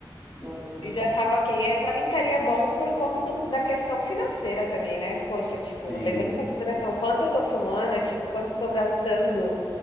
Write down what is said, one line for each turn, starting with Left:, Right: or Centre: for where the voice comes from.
Right: já, já
Left: E
Right: tá.
Left: Já tava ok. É, para mim estaria bom por conta do- da questão financeira também, né? Poxa, tipo,
Right: Sim.
Left: levando em consideração quanto eu tô fumando, é, tipo, quanto eu tô gastando